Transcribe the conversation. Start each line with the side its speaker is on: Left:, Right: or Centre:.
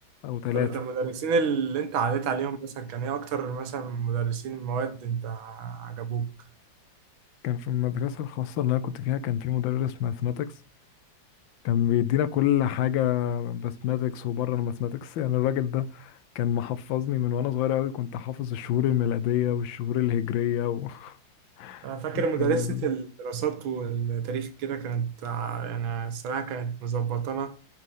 Left: أو 3
Right: طب انت المدرسين اللي انت عديت عليهم مثلا كان ايه اكتر مثلا مدرسين مواد انت عجبوك
Left: كان في المدرسة الخاصة اللي أنا كنت فيها كان في مدرس ماثماتكس كان بيدينا كل حاجة ماثماتكس وبره الماثماتكس يعني الراجل ده كان محفظني من وأنا صغير أوي كنت حافظ الشهور الميلادية والشهور الهجرية و... <laughs>
Right: أنا فاكر
Left: وكان
Right: مدرسة
Left: ال...
Right: الدراسات والتاريخ كده كانت ع- يعني الصراحة كانت مظبطانا